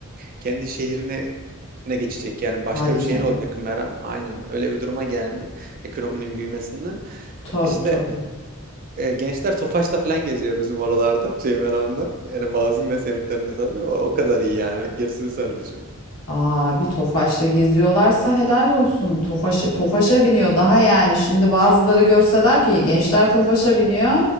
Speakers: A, on the right; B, on the left.
A: kendi şehrini ne geçecek yani başka
B: Hadi
A: bir şehir
B: canım.
A: olacak Meram. Aynen öyle bir duruma geldi ekonominin büyümesinden.
B: Tabii
A: İşte
B: tabii.
A: e, gençler Tofaş'ta falan geziyor bizim oralarda şey Meram'da. Yani bazı ne semtlerinde tabii o, o kadar iyi yani gerisini sen düşün.
B: Aa, bir Tofaş'ta geziyorlarsa helal olsun. Tofaş, Tofaş'a biniyor daha yani. Şimdi bazıları görse der ki gençler Tofaş'a biniyor.